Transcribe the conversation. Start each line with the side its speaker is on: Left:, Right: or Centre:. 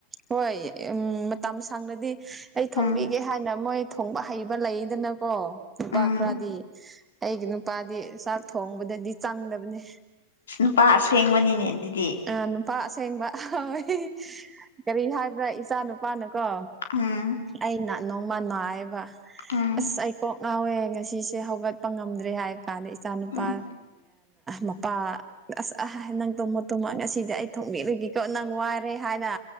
Right: ꯍꯣꯏ ꯎꯝ ꯃꯇꯝ ꯁꯥꯡꯅꯗꯤ ꯑꯩ
Left: ꯎꯝ
Right: ꯊꯣꯡꯕꯤꯒꯦ ꯍꯥꯏꯅ ꯃꯣꯏ ꯊꯣꯡꯕ ꯍꯩꯕ ꯂꯩꯗꯅꯀꯣ ꯅꯨꯄꯥ
Left: ꯎꯝ
Right: ꯈꯔꯗꯤ ꯑꯩꯒꯤ ꯅꯨꯄꯥꯗꯤ ꯆꯥꯛ ꯊꯣꯡꯕꯗꯗꯤ ꯆꯪꯗꯕꯅꯤ
Left: ꯅꯨꯄꯥ ꯑꯁꯦꯡꯕꯅꯤꯅꯦ ꯑꯗꯨꯗꯤ
Right: ꯑ ꯅꯨꯄꯥ ꯑꯁꯦꯡꯕ ꯍꯣꯏ ꯀꯔꯤ ꯍꯥꯏꯕ꯭ꯔꯥ ꯏꯆꯥ ꯅꯨꯄꯥꯅꯀꯣ
Left: ꯎꯝ
Right: ꯑꯩꯅ ꯅꯣꯡꯃ ꯅꯥꯏꯕ
Left: ꯎꯝ
Right: ꯑꯁ ꯑꯩꯀꯣꯛ ꯑꯥꯎꯋꯦ ꯉꯁꯤꯁꯦ ꯍꯧꯒꯠꯄ ꯉꯝꯗ꯭ꯔꯦ ꯍꯥꯏꯕ ꯀꯥꯟꯗ ꯏꯆꯥ ꯅꯨꯨꯄꯥ
Left: ꯎꯝ
Right: ꯃꯄꯥ ꯑꯁ ꯑꯥ ꯅꯪ ꯇꯣꯃꯣ ꯇꯣꯃ ꯉꯁꯤꯗꯤ ꯑꯩ ꯊꯣꯛꯅꯤꯡꯔꯒꯦꯀꯣ ꯅꯪ ꯋꯥꯏ ꯔꯦ ꯍꯥꯏꯅ